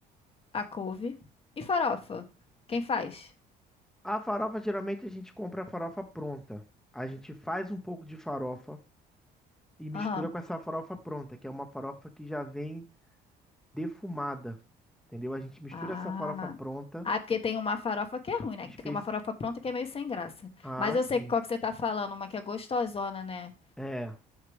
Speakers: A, on the left; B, in the centre.
A: a couve e farofa. Quem faz?
B: A farofa, geralmente a gente compra a farofa pronta. A gente faz um pouco de farofa e mistura
A: Aham.
B: com essa farofa pronta, que é uma farofa que já vem defumada, entendeu? A gente mistura
A: Ah.
B: essa farofa pronta.
A: Ah, é porque tem uma farofa que é ruim, né?
B: Especi...
A: Tem uma farofa pronta que é meio sem graça.
B: Ah,
A: Mas eu
B: sim.
A: sei qual que você tá falando, uma que é gostosona, né?
B: É,